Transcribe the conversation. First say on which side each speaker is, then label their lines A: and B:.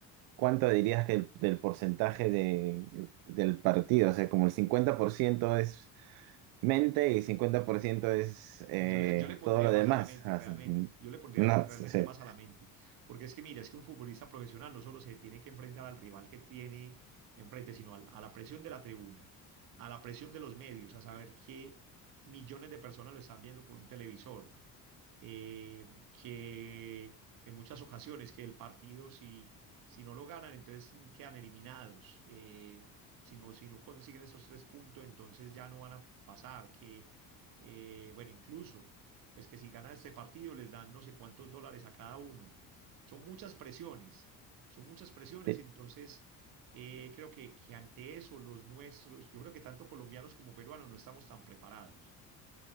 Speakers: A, on the right (about 85°); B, on the right (about 70°).
A: ¿cuánto dirías que el- del porcentaje de, del partido? O sea, como el 50% es mente y 50% es
B: Yo
A: eh,
B: le, yo le pondría
A: todo lo demás.
B: más a la mente,
A: O
B: realmente.
A: sea,
B: Yo le pondría
A: No,
B: realmente
A: sí, sí.
B: más a la mente. Porque es que, mira, es que un futbolista profesional no solo se tiene que enfrentar al rival que tiene enfrente, sino al- a la presión de la tribuna, a la presión de los medios, a saber que millones de personas lo están viendo por un televisor, eh, que en muchas ocasiones que el partido si, si no lo ganan, entonces quedan eliminados. eh, si no, si no consiguen esos tres puntos, entonces ya no van a pasar. Que, eh, bueno, incluso, pues que si ganan este partido les dan no sé cuántos dólares a cada uno. Son muchas presiones, son muchas presiones,
A: Sí,
B: entonces... eh, creo que, que ante eso los nuestros, yo creo que tanto colombianos como peruanos no estamos tan preparados.